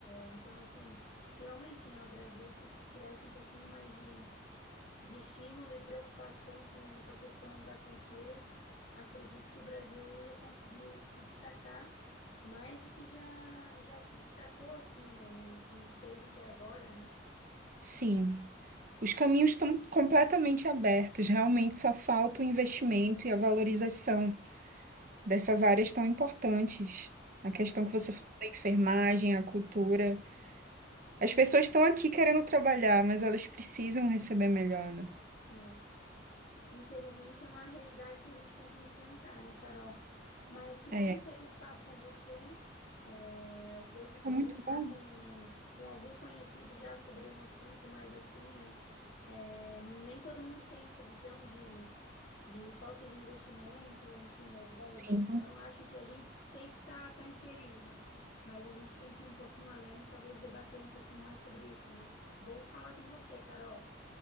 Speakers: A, on the left (about 70°); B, on the right (about 45°).
A: Então, assim, realmente, né? O Brasil, se tivesse um pouquinho mais de de estímulo e preocupação com, com a questão da cultura, acredito que o Brasil ia conseguir se destacar mais do que já, já se destacou, assim, né? No, no que fez até agora, né?
B: Sim, os caminhos estão completamente abertos, realmente só falta o investimento e a valorização dessas áreas tão importantes. A questão
A: É,
B: que você falou da enfermagem, a cultura. As pessoas estão aqui querendo trabalhar, mas elas precisam receber melhor, né?
A: é. Infelizmente é uma realidade que a gente tem que enfrentar, né, Carol? Mas que bom
B: É,
A: ter esse papo com você. É, às vezes
B: foi
A: conversar
B: muito bom.
A: com, com algum conhecido já sobre um assunto mais assim, né? É, nem todo mundo tem essa visão de, de falta de investimento, enfim, ou de valorização.
B: Sim.
A: Acham que a gente sempre tá, tá infeliz, né? Mas a gente tem que ir um pouquinho além e talvez debater um pouquinho mais sobre isso, né? Bom falar com você, Carol.